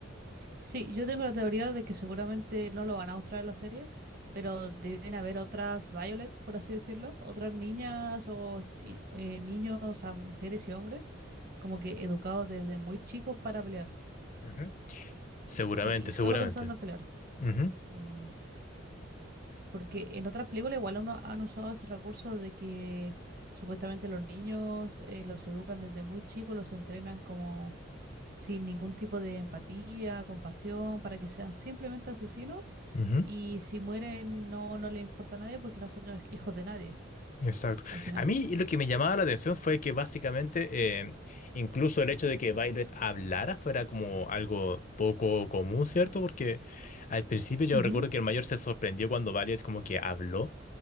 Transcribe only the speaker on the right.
Sí, yo tengo la teoría de que seguramente no lo van a mostrar en la serie, pero deben haber otras Violet, por así decirlo, otras niñas o i- eh, niños a mujeres y hombres, como que educados desde muy chicos para pelear
y, y
solo pensando en pelear.
Mm. Porque en otras películas igual uno han usado ese recurso de que supuestamente los niños eh, los educan desde muy chicos, los entrenan como sin ningún tipo de empatía, compasión, para que sean simplemente asesinos
y si mueren no, no les importa a nadie porque no son hij- hijos de nadie
al final.
Ujú.